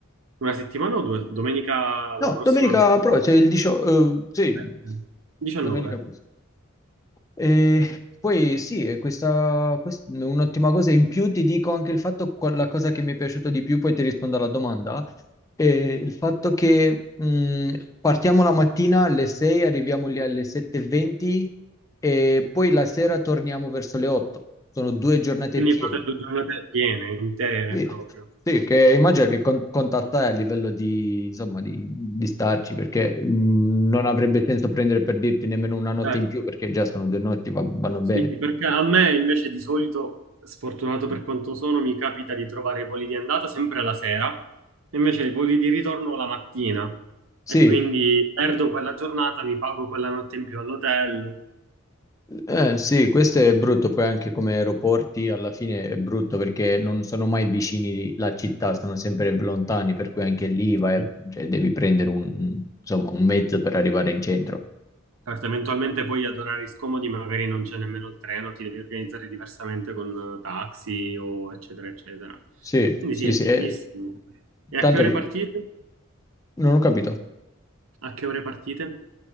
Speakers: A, on the right (about 70°); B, on the left (about 15°).
A: una settimana o due? Domenica
B: No,
A: la prossima
B: domenica
A: ancora?
B: prossima, cioè il 18, eh, sì,
A: Eh, 19.
B: domenica prossima. E poi sì, e questa, quest- un'ottima cosa in più ti dico anche il fatto, qual- la cosa che mi è piaciuto di più, poi ti rispondo alla domanda, è il fatto che mh, partiamo la mattina alle 6, arriviamo lì alle 7.20 e venti e poi la sera torniamo verso le 8. Sono due giornate
A: Quindi
B: piene.
A: fate due giornate piene, intere
B: Sì,
A: proprio.
B: sì, che immagino che con- contattare a livello di, insomma, di, di starci, perché mh, non avrebbe senso prendere per dirti nemmeno una notte
A: Certo.
B: in più, perché già sono due notti, va- vanno bene.
A: Sì, sì, perché a me invece di solito, sfortunato per quanto sono, mi capita di trovare i voli di andata sempre la sera, e invece i voli di ritorno la mattina.
B: Sì,
A: E quindi perdo quella giornata, mi pago quella notte in più all'hotel.
B: eh, sì, questo è brutto, poi anche come aeroporti alla fine è brutto perché non sono mai vicini la città, sono sempre lontani, per cui anche lì
A: Sì.
B: vai, cioè, devi prendere un, insomma, un mezzo per arrivare in centro.
A: Certo, eventualmente poi ad orari scomodi magari non c'è nemmeno il treno, ti devi organizzare diversamente con eh, taxi o eccetera, eccetera.
B: Sì,
A: Quindi
B: sì,
A: sì,
B: sì, eh,
A: bellissimo. E
B: tanto
A: a che ore
B: che
A: partite?
B: non ho capito.
A: A che ore partite?